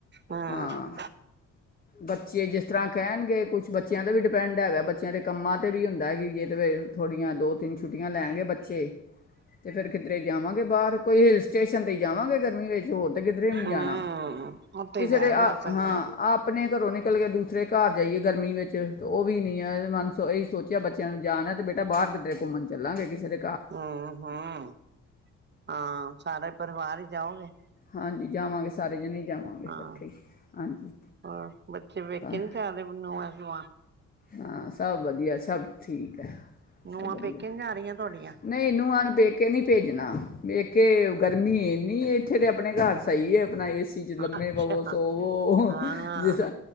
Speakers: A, on the right; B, on the left.
A: ਹਮ
B: ਹਾਂ। ਬੱਚੇ ਜਿਸ ਤਰ੍ਹਾਂ ਕਹਿਨਗੇ ਕੁਛ ਬੱਚ ਬੱਚਿਆਂ ਤੇ ਵੀ ਡਿਪੈਂਡ ਹੈਗਾ ਬੱਚਿਆਂ ਦੇ ਕੰਮਾਂ ਤੇ ਵੀ ਹੁੰਦਾ ਏ ਕਿ ਕਿਧਰੇ ਥੋੜੀਆਂ ਦੋ, ਤਿੰਨ ਲੈਨਗੇ ਬੱਚੇ ਤੇ ਫੇਰ ਕਿੱਧਰੇ ਜਾਵਾਂਗੇ ਬਾਹਰ ਕੋਈ ਹਿਲ ਸਟੇਸ਼ਨ ਤੇ ਈ ਜਾਵਾਂਗੇ ਗਰਮੀ ਵਿੱਚ ਹੋਰ ਤੇ ਕਿੱਧਰੇ ਨੀ
A: ਹਮ
B: ਜਾਨਾ।
A: ਉੱਥੇ
B: ਕਿਸੇ
A: ਹੀ ਜਾਇਆ
B: ਦੇ ਆ
A: ਜਾ ਸਕਦਾ
B: ਹਾਂ ਆਪਨੇ ਘਰੋਂ ਨਿਕ ਕਲ ਕੇ ਦੂਸਰੇ ਘਰ ਜਾਈਏ ਗਰਮੀ ਵਿੱਚ ਉਹ ਵੀ ਨੀ ਏ। ਮਨ ਸੋਂ ਇਹਹੀ ਸੋਚਿਆ ਬੱਚਿਆਂ ਨੂੰ ਜਾਨਾਏ ਤਾਂ ਬੇਟਾ ਬਾਹਰ ਕਿੱਰੇ ਘੁੰਮਨ ਜਾ। ਚੱਲਾਂਗੇ ਕਿਸੇ ਦੇ
A: ਹਾਂ, ਹਾਂ, ਹਾਂ ਸਾਰਾ ਪਰਿਵਾਰ ਈ ਜਾਓਗੇ।
B: ਹਾਂਜੀ ਜਾਵਾਂਗੇ ਸਾਰੇ ਜਨੇ ਹੀ। ਜਾਵਾਂਗੇ ਇਕੱਠੇ
A: ਹਾਂ
B: ਹੀ ਹਾਂਜੀ
A: ਹੋਰ ਬੱਚੇ ਵੇਖੇ
B: ਤਾਂ
A: ਨੀ ਜਾਹੇ ਨੂੰਹਾਂ ਸੂੰਹਾਂ।
B: ਹਾਂ ਸਭ ਵਧੀਆ, ਸਭ ਠੀਕ ਐ।
A: ਨੂੰਹਾਂ
B: ਸਭ ਵਧੀਆ,
A: ਪੇਕੇ ਨੀ ਜਾ ਰਹੀਆਂ ਤੁਹਾਡੀਆਂ
B: ਨਈ ਨੂੰਹਾਂ ਨੂੰ ਪੇਕੇ ਨੀ ਭੇਜਨਾ। ਪੇਕੇ ਗਰਮੀ ਏਨੀ ਨੀ ਏ ਇੱਥੇ ਤੇ ਆਪਨੇ ਕਾਰ ਸਹੀ ਏ। ਆਪਨਾ ਏ ਸੀ ਚ ਲੰਮੇ
A: ਅੱਛਾ
B: ਪਵੋ, ਸੋਵੋ
A: ਹਾਂ
B: ਜਿਸ